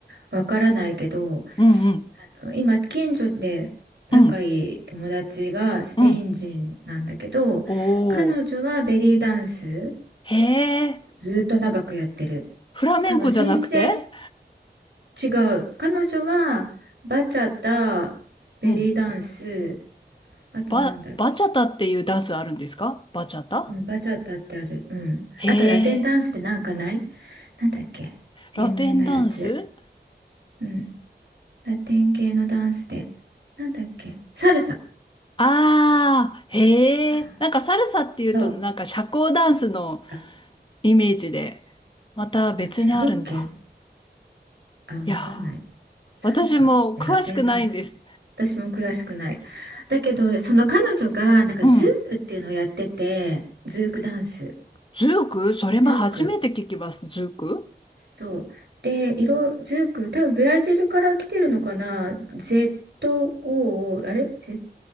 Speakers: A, on the right; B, on the left.
A: わからないけど、
B: うんうん
A: あの、今、近所で仲いい友達がスペイン人なんだけど、
B: うんうんお
A: 彼女はベリーダンス
B: おーへえ
A: ずっと長くやってる。
B: フラメンコじゃなくて
A: 多分先生、違う。彼女はバチャタ、ベリーダンス、
B: うん
A: あとなんだっけ。
B: バ、バチャタっていうダンスあるんですかバチャタ
A: うん、バチャタってある。うん。
B: へえ
A: あとラテンダンスってなんかないなんだっけ。
B: ラテンダンス
A: 有名なやつ。うん。ラテン系のダンスで。なんだっけ。サルサ。
B: ああーへえなんかサルサっていうとなんか社交ダンスの
A: うんそう。あ、
B: イメージでまた別にあるんだ
A: あ、違うっけあ、わかんない。
B: いやー
A: サルサってラテンダンス。
B: 私も詳しくないんです
A: 私も詳しくない。だけど、その彼女がなんかズークっていうのをやってて、
B: うん
A: ズークダンス。
B: ズークそれも初めて聞きますズーク
A: ズーク。そう。で、色、ズーク、多分ブラジルから来てるのかな ?ZOO、あれ ?Z、